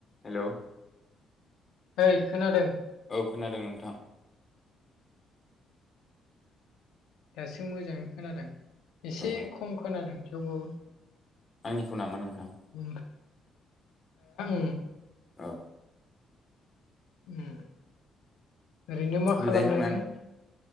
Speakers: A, on the left; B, on the left.
A: Hello.
B: ओय खोनादों
A: औ खोनादों नोंथां।
B: दासो मोजाङै खोनादोंना एसे
A: औ
B: खम खोनादों थेवबो
A: आंनिखौ नामा नोंथां?
B: हो उम
A: औ
B: उम ओरैनो मा
A: मोजाङैनो
B: खालामदों
A: दंना
B: नों?